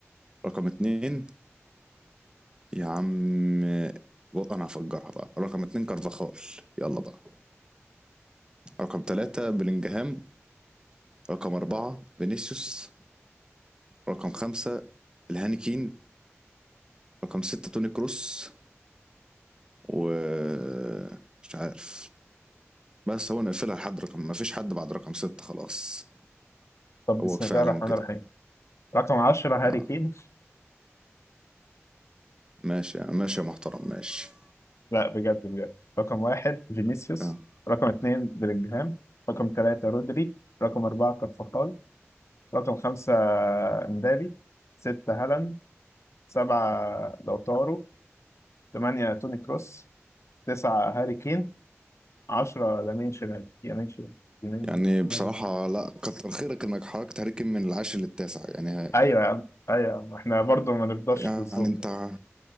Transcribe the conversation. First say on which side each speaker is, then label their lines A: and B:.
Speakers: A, on the right; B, on the left.
A: رقم اتنين يا عم و- انا هفجرها بقى رقم اتنين كارفاخال يلا بقى رقم ثلاثة بلينجهام رقم أربعة فينيسيوس رقم خمسة الهانيكين رقم ستة توني كروس و مش عارف بس هو نقفلها لحد رقم ما فيش حد بعد رقم ستة خلاص
B: طب
A: هو
B: بسم
A: كفاية
B: الله
A: عليهم
B: الرحمن
A: كده
B: الرحيم رقم 10 هاري
A: اه
B: كين
A: ماشي ماشي يا محترم ماشي
B: لا بجد بجد رقم واحد فينيسيوس
A: اه
B: رقم اتنين بلينجهام رقم تلاتة رودري رقم أربعة كارفاخال رقم خمسة مبابي ستة هالاند سبعة لوتارو تمانية توني كروس تسعة هاري كين عشرة لامين شمال يمين شمال يمين
A: يعني
B: شمال
A: بصراحة لا كتر خيرك انك حركت هاري كين من العاشر للتاسع يعني ه-
B: أيوة يا عم أيوة يا عم إحنا برضه ما نرضاش
A: يعني
B: بالظلم
A: انت